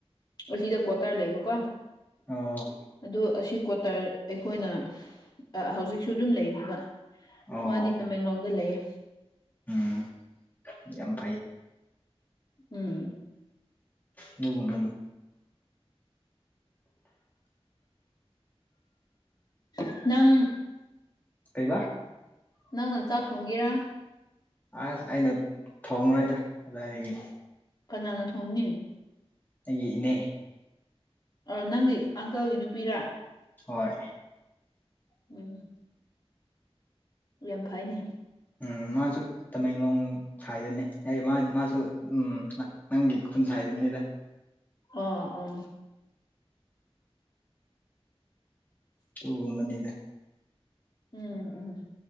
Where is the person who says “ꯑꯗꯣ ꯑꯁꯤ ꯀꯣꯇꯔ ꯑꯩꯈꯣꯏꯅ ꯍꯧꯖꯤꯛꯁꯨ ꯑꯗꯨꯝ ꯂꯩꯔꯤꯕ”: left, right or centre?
Left